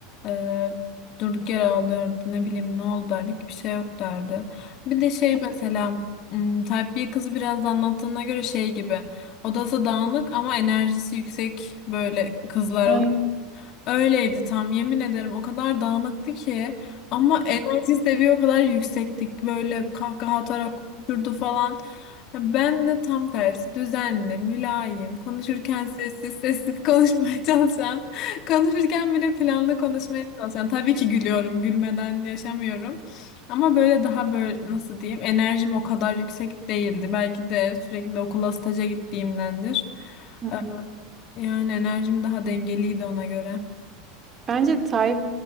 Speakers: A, on the left (about 50°); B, on the right (about 30°).
A: Ee, durduk yere ağlıyordu ne bileyim ne oldu derdik bir şey yok derdi. Bir de şey mesela hmm, Type B kızı biraz da anlattığına göre şey gibi odası dağınık ama enerjisi yüksek böyle kızlar
B: Aynen.
A: Öyleydi tam yemin ederim o kadar dağınıktı ki ama enerjisi de bir o kadar yüksektik böyle kahkaha atarak konuşurdu falan. Ya Ben de tam tersi düzenli, mülayim, konuşurken sessiz sessiz konuşmaya çalışan, <laughs> konuşurken bile planlı konuşmaya çalışan. Tabii ki gülüyorum, gülmeden yaşamıyorum. Ama böyle daha böyle nasıl diyeyim enerjim o kadar yüksek değildi. Belki de sürekli okula staja gittiğimdendir.
B: <laughs>
A: Ee, yani enerjim daha dengeliydi ona göre. <laughs>
B: Bence Type